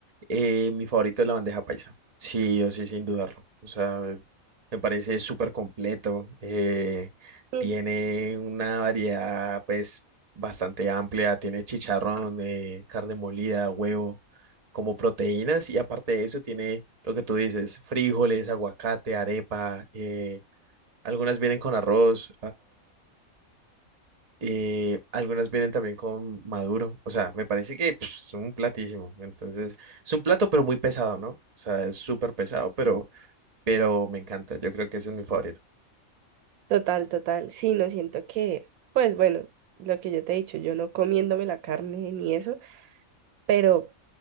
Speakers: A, on the right; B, on the right.
A: eh, mi favorito es la bandeja paisa. Sí, yo sí, sin dudarlo. O sea, me parece súper completo. eh,
B: Mm,
A: tiene una variedad, pues, bastante amplia. Tiene chicharrón, eh, carne molida, huevo, como proteínas. Y aparte de eso, tiene lo que tú dices, frijoles, aguacate, arepa. eh, algunas vienen con arroz. Eh, algunas vienen también con maduro, o sea, me parece que pf, es un platísimo, entonces es un plato pero muy pesado, ¿no? O sea, es súper pesado, pero, pero me encanta, yo creo que ese es mi favorito.
B: Total, total. Sí, no siento que, pues bueno, lo que yo te he dicho, yo no comiéndome la carne ni eso pero